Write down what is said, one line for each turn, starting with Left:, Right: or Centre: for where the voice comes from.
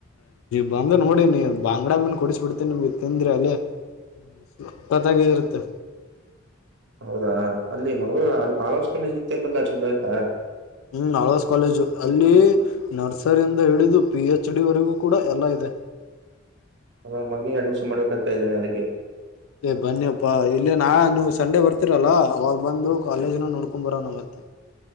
Left: ಬಂಗ ನೋಡಿ ನೀ ಬಾಂಗಡಾ ಮೀನ್ ಕೊಡಿಸ್ ಬಿಡ್ತೇ ನಿಮಗೆ ತಿಂದ್ರೆ ಅಲ್ಲೇಪತ್ತಾಗಿದಿರತ್ತ
Right: ಹೌದಾ ಅಲ್ಲಿ ಮಂಗಳೂರು ಅಲ್ಲಿ ಕಳಸ್ಲ್ಲತಿ ಅಂತಲ್ಲ ಚಲ್ ಆಯ್ತಾ
Left: ಹ್ಮ್ ಆಳ್ವಾಸ್ ಕಾಲೇಜು ಅಲ್ಲಿ ನರ್ಸರಿಯಿಂದ ಹಿಡಿದು ಪಿ ಎಚ್ ಡಿವರೆಗೂ ಕೂಡ ಎಲ್ಲ ಇದೆ
Right: ನ ಮಗ್ನಿಗೆ ಅಡ್ಮಿಷನ್ ಮಾಡ್ಬೇಕಂತ ಇದ್ದೇನೆ ಅದಕ್ಕೆ
Left: ಏ ಬನ್ನಿಪ್ಪಾ ಇಲ್ಲಿ ನಾ ನೀವು ಸಂಡೆ ಬರ್ತೀರಲ್ಲ ಅವಾಗ ಬಂದು ಕಾಲೇಜನ ನೋಡ್ಕೊ್ ಬರ ನ ಮತ್ತೆ